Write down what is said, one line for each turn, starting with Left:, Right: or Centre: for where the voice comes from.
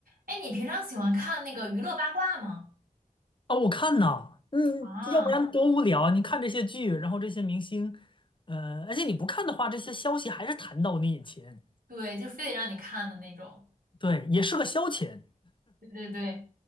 Right: 哎，你平常喜欢看那个娱乐八卦吗？
Left: 啊，我看呐，嗯，
Right: 啊，
Left: 要不然多无聊啊！你看这些剧，然后这些明星，呃，而且你不看的话，这些消息还是弹到你眼前，
Right: 对，就非得让你看的那种。
Left: 对，也是个消遣。
Right: 对对对，